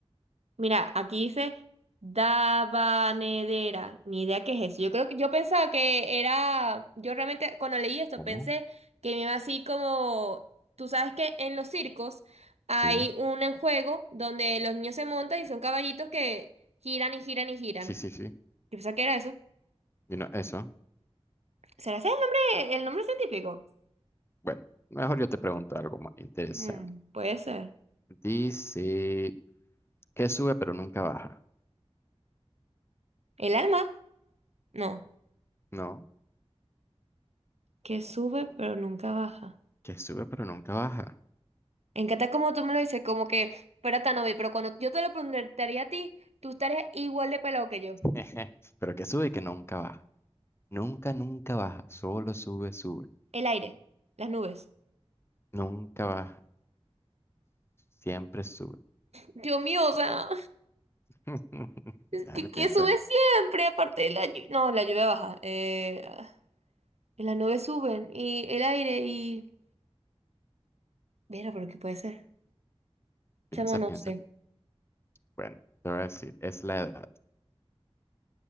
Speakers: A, on the right; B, on the left.
A: Mira, aquí dice Dabanedera. Ni idea qué es eso. Yo creo que yo pensaba que era. Yo realmente cuando leí esto
B: ¿Cómo?
A: pensé que me iba así como. Tú sabes que en los circos hay
B: Sí,
A: un juego donde los niños se montan y son caballitos que giran y giran y giran.
B: sí, sí, sí.
A: Yo pensaba que era eso.
B: Vino eso.
A: ¿Será ese el nombre, el nombre científico?
B: Bueno, mejor yo te pregunto algo más interesante.
A: Mm, puede ser.
B: Dice, ¿qué sube pero nunca baja?
A: ¿El alma? No.
B: No.
A: Que sube pero nunca baja.
B: Que sube pero nunca baja.
A: Me encanta como tú me lo dices, como que fuera tan obvio, pero cuando yo te lo preguntaría a ti, tú estarías igual de pelado que yo.
B: <laughs> Pero que sube y que nunca baja. Nunca, nunca baja. Solo sube, sube.
A: El aire, las nubes.
B: Nunca baja. Siempre sube.
A: Dios mío, o sea,
B: <laughs>
A: es
B: Dale,
A: que,
B: piensa,
A: que sube siempre, aparte de la lluvia. No, la lluvia baja. Eh, ah, y las nubes suben, y el aire, y. Mira, pero ¿qué puede ser?
B: piensa,
A: Chamo, no
B: piensa.
A: sé.
B: Bueno, te voy a decir, es la edad.